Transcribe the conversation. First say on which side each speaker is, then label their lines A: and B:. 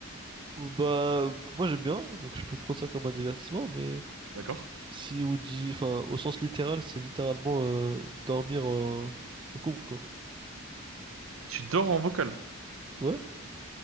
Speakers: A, on the right; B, on the right.
A: Ou bah, moi j'aime bien, donc je peux prendre ça comme un divertissement, mais
B: D'accord.
A: si on dit, enfin, au sens littéral, c'est littéralement euh, dormir euh, en conf, quoi.
B: Tu dors en vocal.
A: Ouais,